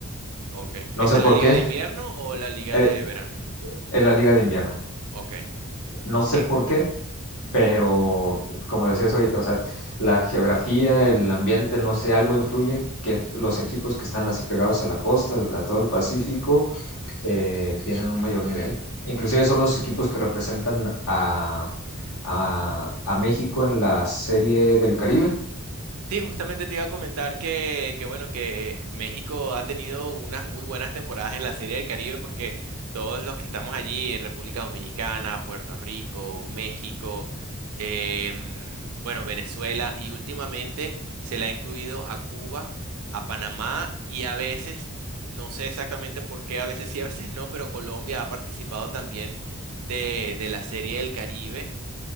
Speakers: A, on the right (about 85°); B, on the left (about 80°).
A: Ok. ¿Esa
B: No sé
A: es la
B: por
A: liga
B: qué,
A: de invierno o la liga
B: eh,
A: de verano?
B: en la liga de invierno.
A: Ok.
B: No sé
A: Sí,
B: por qué, pero como decías ahorita, o sea, la geografía, el ambiente, no sé, algo influye que los equipos que están así pegados a la costa, a todo el Pacífico, eh, tienen un mayor nivel. Inclusive son los equipos que representan a, a, a México en la serie del Caribe.
A: sí, justamente te iba a comentar que, que bueno, que México ha tenido unas muy buenas temporadas en la Serie del Caribe porque todos los que estamos allí, República Dominicana, Puerto Rico, México, em, bueno, Venezuela y últimamente se le ha incluido a Cuba, a Panamá y a veces, no sé exactamente por qué, a veces sí, a veces no, pero Colombia ha participado también de, de la Serie del Caribe.